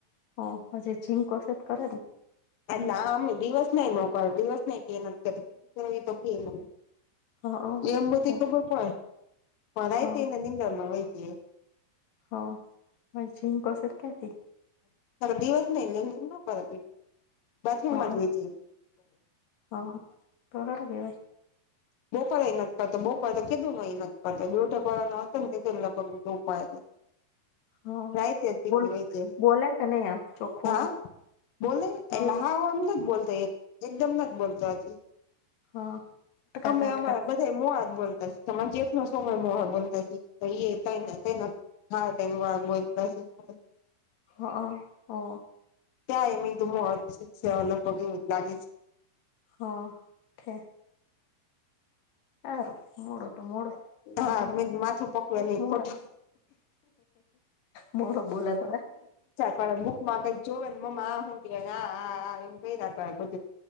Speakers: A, on the left; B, on the left.
A: હ હ જે જીંક વશેત કર
B: એટલે અમે દિવસ નાઈ નોક દિવસ નહી કે નથી <unintelligible>
A: હા
B: એમ બધી
A: હા
B: ખબર પડ પણાય
A: હા
B: તેને નિનીંદણ માં હોય છે
A: હ હ જીકો સર ક્યા થી
B: દિવસ ન લેન્મ ના કર બાથરૂમમાં
A: હા
B: જોય છે
A: હા તો હાર કે
B: બપા એ નથી કરતો બોપા તો કેધું ન એ કરતો બે ટેક વા ન હતો ને લગ બોપાને
A: હા
B: નાહિત તે થી
A: બોલ
B: પીવાય જાએ
A: બોલે કે નહી આમ ચોખ્ખું
B: હા બોલે
A: હવે
B: એલે
A: હા
B: હ એમ બોલતો એકદમ નથી બોલતો હજ
A: હા. અટકાતા
B: અમે
A: અટકાતા
B: અમારા બધાય મોઆજ બોલતા. તમારો જેટનો સોકરો મોઆ બોલતા હી એ તઈ નો તઈ નો. હા તેની મા બોલતા શીખવાડે.
A: હા હા અ
B: ત્યાં એમ એકદ મો સેવા પગ એ લાગે છે.
A: હા ઓકે. હારુ મોડુ તો મોડુ બીજું
B: હા
A: હું
B: મેં
A: હોય
B: માથું પકવે
A: કોઈક
B: નહી
A: મોડા.
B: ખોટું
A: મોડો બોલા ત
B: પણ બુકમાં કઈક જોવે ને મમ્મા આ હું કે આ ને આ આ કૈરા કરે બધું.